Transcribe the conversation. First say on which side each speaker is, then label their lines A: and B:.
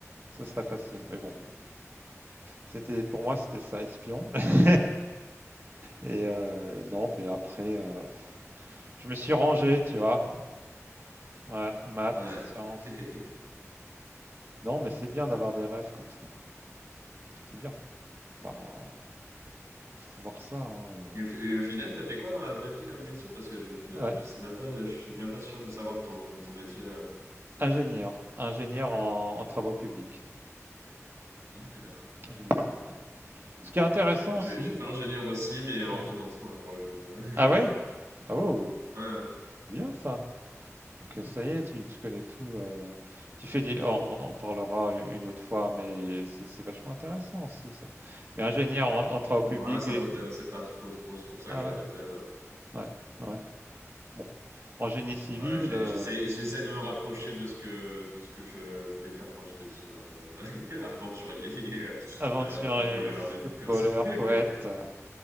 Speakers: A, on the right; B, on the right.
A: ce serait facile. Mais bon,
B: Mm.
A: c'était pour moi, c'était ça, espion. <laughs> Et euh, non, puis après, euh, je me suis rangé, tu vois. Ouais, maths,
B: Ouais.
A: sciences.
B: <laughs>
A: Non, mais c'est bien d'avoir des rêves comme ça. C'est bien. Bah, faut, faut voir ça. hein,
B: Et au, fi- et au final, t'as fait quoi dans la vraie vie comme métier? Parce que je, je,
A: euh. Ouais.
B: je sais même pas, je suis même pas sûr de savoir ton, ton métier. euh.
A: Ingénieur, ingénieur en, en travaux publics,
B: Ok, d'accord.
A: ingénie civil. Ce qui est intéressant
B: Ouais, Tu vois, moi, j'ai
A: aussi.
B: j'ai fait ingénieur aussi, mais en
A: ouais.
B: finance, moi, pour le coup.
A: Ah ouais?
B: <laughs>
A: Ah wow,
B: Ouais.
A: bien ça. Donc euh, ça y est, tu, tu connais tout. euh, tu fais des. On, on en parlera une autre fois, mais c'est c'est vachement intéressant aussi ça. Mais ingénieur en, en travaux
B: Ouais,
A: publics
B: ça
A: et
B: m'intéressait pas trop, trop. C'est pour ça
A: ah
B: que j'arrêtais.
A: ouais,
B: mais-
A: ouais, ouais. Bon, en génie civil.
B: Ouais, j'ai-
A: euh,
B: j'essaie, j'essaie de me rapprocher de ce que, de ce que je, je voulais faire quand j'étais petit, là. Je- <laughs> Aventurier, euh,
A: Aventurier,
B: euh, footballeur,
A: footballeur,
B: des trucs comme ça. <laughs>
A: poète. euh,